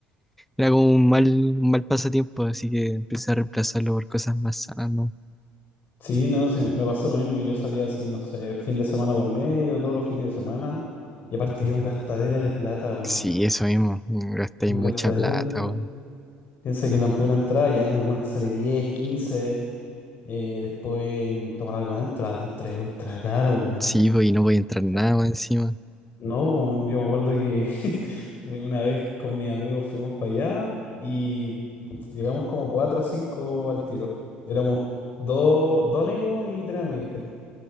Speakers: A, in the centre; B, on the left.
A: era como un mal, un mal pasatiempo, así que empecé a reemplazarlo por cosas más sanas, ¿no?
B: Sí, no, sí, me pasó lo mismo. Yo salía así, no sé, fin de semana por medio, todos los fines de semana. Y aparte que es un gastadero de plata, weón.
A: Sí, eso mismo, mm, gastáis
B: Es un
A: mucha
B: gastadero
A: plata,
B: de plata.
A: weón.
B: Piensa que la pura entrada ya en algunas te sale diez quince eh, después en tomar algo adentro, adentro es ultra caro. weón.
A: Sí, pues, y no voy a entrar nada
B: Sí.
A: más encima,
B: No, weón, yo me acuerdo que <laughs> fui una vez con mis amigos fuimos para allá y putz, llegamos como cuatro o cinco al tiro. Éramos dos, dos amigos y tres amigas,